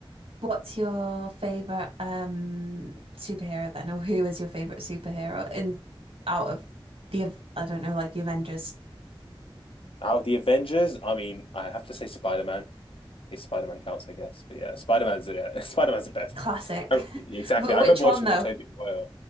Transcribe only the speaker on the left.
Now, the Avengers, I mean, I have to say Spider-Man. If Spider-Man counts, I guess. But yeah, Spider-Man's yeah, <laughs> Spider-Man's the best.
I,
exactly.
I
remember
watching
the Tobey Maguire.